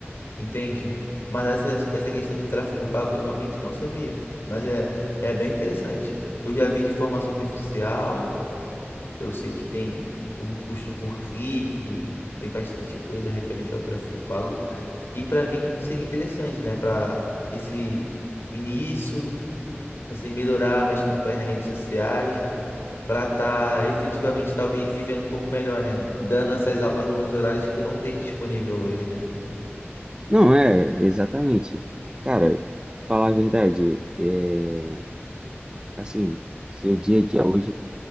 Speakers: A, on the left; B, on the right.
A: Entende? Mas essa, essa questão do tráfego pago eu realmente não sabia. Mas é, é bem interessante. Eu já vi de forma superficial, eu sei que tem um custo por clique, tem bastante coisa referente ao tráfego pago, que para mim seria interessante, né? Para esse início, assim, melhorar minhas campanhas nas redes sociais, para estar efetivamente talvez vivendo um pouco melhor, né? Dando essas aulas nos horários que eu não tenho disponível hoje, né?
B: Não, é, exatamente. Cara, falar a verdade, é, assim, seu dia a dia hoje,